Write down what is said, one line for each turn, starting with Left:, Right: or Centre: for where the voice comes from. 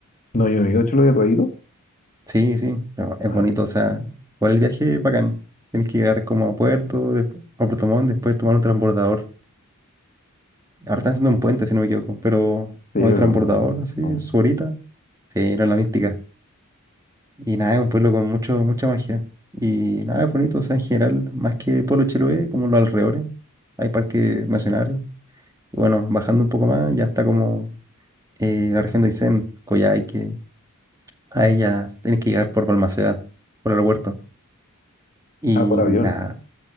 Left: no, yo no hecho lo había traído.
Right: Sí, sí, pero es
Left: Ay,
Right: bonito,
Left: sí,
Right: o sea, por el viaje bacán. Tienes que llegar como a Puerto, después, a Puerto Montt, después tomar un transbordador. Ahora están haciendo un puente, si no me equivoco, pero
Left: pero
Right: no hay transbordador,
Left: no
Right: así,
Left: aún.
Right: su horita. Sí, era la mística. Y nada, es un pueblo con mucho, mucha magia. Y nada, es bonito, o sea, en general, más que Pueblo Chiloé, como los alrededores, hay parques nacionales. Y bueno, bajando un poco más, ya está como eh, la región de Aysén, Coyhaique. A ella tienes que llegar por Balmaceda, por el aeropuerto. Y
Left: Ah, por avión.
Right: nada,